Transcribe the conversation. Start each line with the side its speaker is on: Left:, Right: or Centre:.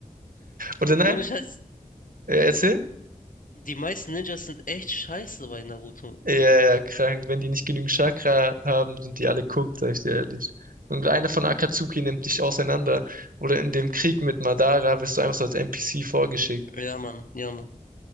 Right: Oder nein?
Left: Ohne Scheiß.
Right: Äh, erzähl?
Left: Die meisten Ninjas sind echt scheiße bei Naruto.
Right: Ja, ja, ja, krank. Wenn die nicht genügend Chakra haben, sind die alle cooked, sag ich dir ehrlich. Und einer von Akatsuki nimmt dich auseinander. Oder in dem Krieg mit Madara wirst du einfach so als NPC vorgeschickt.
Left: Ja, Mann, ja, Mann.